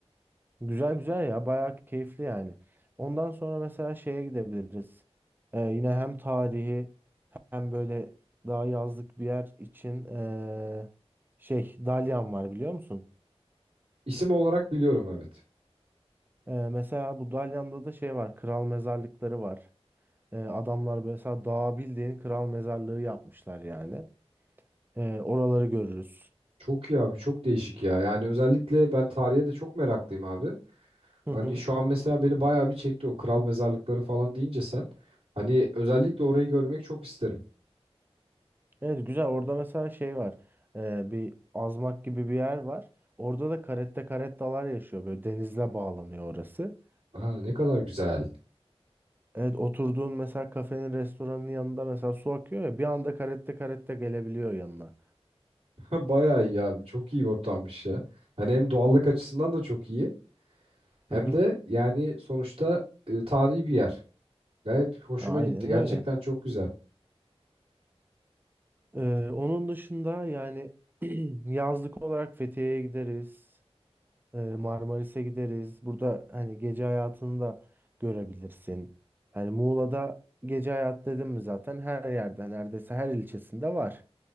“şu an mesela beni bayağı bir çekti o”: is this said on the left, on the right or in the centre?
Right